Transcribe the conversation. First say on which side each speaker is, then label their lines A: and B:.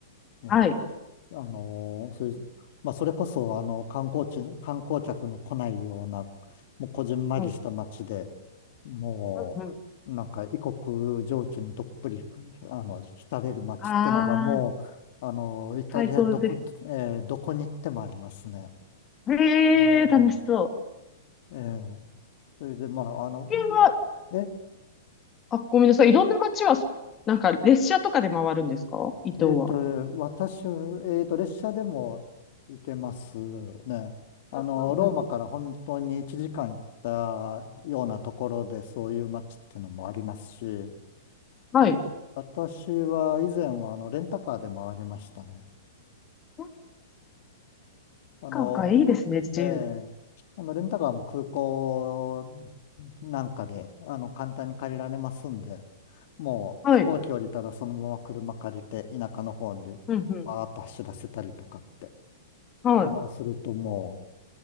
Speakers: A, on the left; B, on the left.
A: ええ、
B: はい。
A: あの、そういう、まあ、それこそ、あの、観光地、観光客の来ないような、もうこじんまりした町で、
B: はい。
A: もう、
B: うんうん。
A: なんか異国情緒にどっぷり、あの、浸れる町ってのがもう、
B: ああ、
A: あの、イタリアどこ、
B: 最高です。
A: ええどこに行ってもありますね。
B: へえ、
A: ねえ
B: 楽しそう
A: ええ、それで、まあ、あの、
B: これは、
A: え、
B: あ、ごめんなさい。いろんな街は、なんか列車とかで回るんですか伊東は。
A: えっと、私、えっと、列車でも行けますね。あの、
B: う。んうんうん。
A: ローマから本当に1時間行ったようなところで、そういう街っていうのもありますし、う
B: はい。
A: ん私は以前は、あの、レンタカーで回りましたね。
B: サッ
A: あの、
B: カーがいいですね、自由で。
A: ええ、あの、レンタカーも空港なんかで、あの、簡単に借りられますんで、もう飛行機降りたらそのまま車借りて、
B: はい。
A: 田舎の方にバーッと走らせたりとかって、
B: うんうん。は
A: あの、するとも